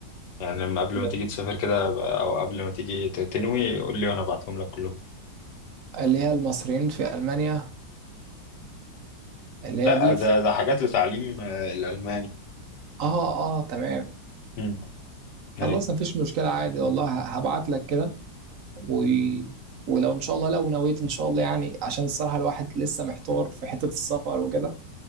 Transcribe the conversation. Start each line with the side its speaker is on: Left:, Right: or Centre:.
Left: يعني لما قبل
Right: <laughs>
Left: ما تيجي تسافر كده أو قبل ما تيجي تنوي قول لي وأنا أبعتهم لك كلهم
Right: اللي هي المصريين في المانيا واللي هي
Left: لا
Right: دي
Left: ده ده حاجات لتعليم آه، الألماني
Right: اه اه تمام
Left: مم.
Right: خلاص
Left: أي
Right: مفيش مشكلة عادي والله هبعت لك كده و... ولو ان شاء الله لو نويت ان شاء الله يعني عشان الصراحة الواحد لسه محتار في حتة السفر وكده